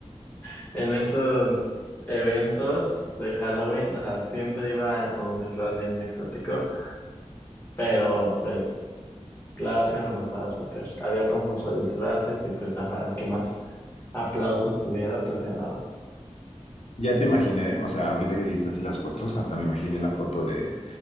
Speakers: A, on the left (about 20°); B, on the left (about 65°).
A: <laughs> en, esos eventos de Halloween. O sea, siempre iba con un disfraz bien exótico, pero pues Claro, la semana pasada, súper. Había concurso de disfraces y pues, ajá, el que más aplausos tuviera, pues ganaba.
B: Ya te imaginé, o sea, ahorita que dijiste así las fotos, hasta me imaginé la foto de